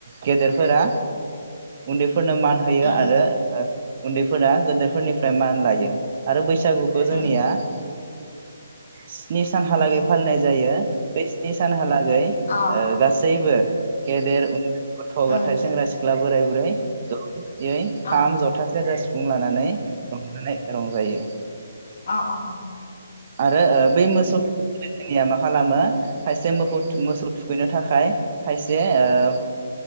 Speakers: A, on the right; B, on the left.
A: गेदेर फोरा उन्दै फोर फोरनो मान होयो
B: उम
A: आरो उन्दैफोरा गोदोरफोरनिफ्राय मान लायो आरो बैसो बैसागुखौ जोंनिया
B: उम
A: <inaudible> स्नि सानहालागै
B: उम
A: फालिनाय जायो। बे स्नि सानहा ला गै ओ
B: अ
A: गासै बो गेदेर उन्दै गथ' गा
B: उम
A: थाय सेंग्रा सिख्ला बोराय बुरै ज' खाम,
B: अ
A: ज'था, सेरजा, सिफुं सिफुं लानानै रंजानाय रंजायो।
B: अ अ अ
A: आरो ओ बै मोसौ थुखैनो जोंनिया मा खालामो खायसे मोखौ मोसौ थुखैनो थाखाय खायसे ओ